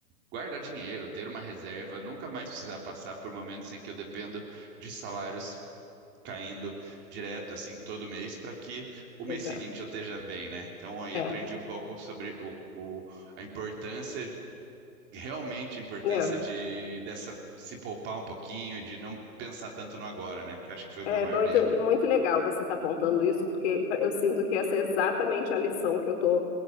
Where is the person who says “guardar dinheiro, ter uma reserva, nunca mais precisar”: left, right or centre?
Right